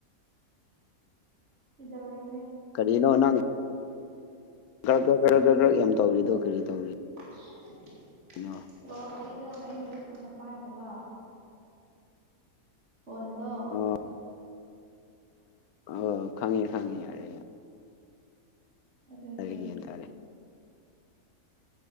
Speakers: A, on the right; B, on the left.
A: ꯀꯩꯗꯧꯔ꯫
B: ꯀꯔꯤꯅꯣꯅꯪ꯫ ꯈ꯭ꯔꯛ ꯈ꯭ꯔ ꯈ꯭ꯔ ꯌꯥꯝ ꯇꯧꯔꯤꯗꯣ ꯀꯔꯤ ꯇꯧꯔꯤ꯫
A: <unintelligible>
B: ꯅꯣ꯫
A: ꯑꯣ ꯑꯩꯗꯣ ꯑꯩ ꯈꯨꯠꯅ ꯄꯥꯏꯗꯕ꯫ ꯐꯣꯟꯗꯣ꯫
B: ꯑꯣ ꯑꯣ ꯑ ꯈꯪꯉꯦ ꯈꯪꯉꯦ ꯌꯥꯔꯦ ꯌꯥꯔꯦ꯫
A: ꯑꯗꯨꯒꯤ
B: ꯇꯥꯏ ꯒꯤꯌꯟ ꯇꯥꯔꯦ꯫